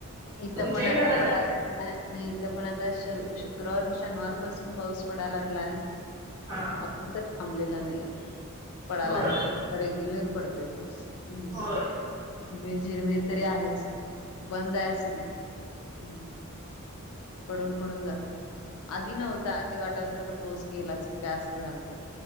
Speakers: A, on the left; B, on the right.
A: इथं
B: तुमच्या
A: पण
B: इकडं
A: आता
B: कसं
A: पडा
B: आहे
A: नाही इथं पण आता श शुक्रवार शनिवार पासून पाऊस पडाय लागलाय.
B: हां.
A: अजून तर थांबलेला नाहीे, पडाय
B: होय
A: लागलाय रेग्युलर पडतोय पाऊस. हम्म,
B: होय
A: झिरमीर झिरमीर तरी आहेच, बंद आहे असं नाही. हम्, पडून पडून जातोय, आधी नव्हता आधी वाटायल त पाऊस गेलाच की काय असं झाल त.